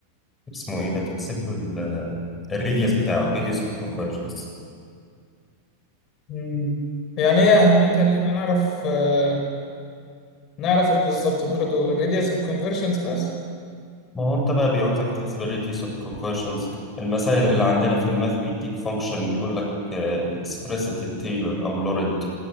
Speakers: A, on the left; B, on the left.
A: اسمه إيه ده تحسب له الريديوس بتاعه الريديوس اوف كونفرجنس
B: مم. يعني ايه أهميتها اللي احنا نعرف آه، نعرف ايه بالظبط برضه الراديوس اوف كونفرجنس بس
A: ما هو انت بقى بيعوزك تحسب الريديوس اوف كونفرجنز المسائل اللي عندنا في الماث بيديك فانكشن ويقول لك اكسبريسد تايلور او لورنت